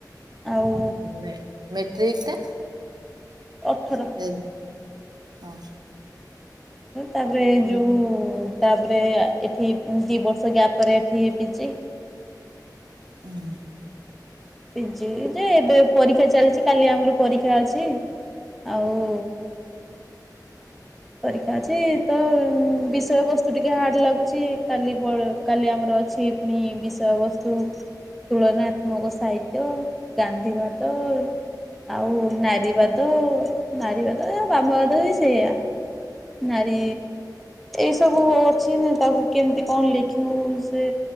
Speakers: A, in the centre; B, on the right.
A: ଆଉ
B: ମେ-ମେଟ୍ରିକ୍ ଟା?
A: ଅଠର
B: ସେ ହଁ।
A: ଉଁ ତାପରେ
B: ହୁଁ
A: ଯୋଉ ତାପରେ ଆ ଏଠି ଦି ବର୍ଷ ଗ୍ୟାପ୍ ପରେ ଏଠି ପିଜି।
B: ହୁଁ।
A: ପିଜି ଯେ ଏବେ ପରୀକ୍ଷା ଚାଲିଛି କାଲି ଆମର ପରୀକ୍ଷା ଅଛି। ଆଉ ପରୀକ୍ଷା ଅଛି ତ ବିଷୟବସ୍ତୁ ଟିକେ ହାର୍ଡ଼ ଲାଗୁଛି। କାଲି ପଢ କାଲି ଆମର ଅଛି ପୁଣି ବିଷୟବସ୍ତୁ ତୁଳନାତ୍ମକ ସାହିତ୍ୟ, ଗାନ୍ଧୀବାଦ ଆଉ ନାରୀବାଦ। ନାରୀବାଦ ଆ ବାମବାଦ ବି ସେଇୟା। ନାରୀ ଏଇ ସବୁ ଅଛି ନା ତାକୁ କେମିତି କଣ ଲେଖିବୁ ସେ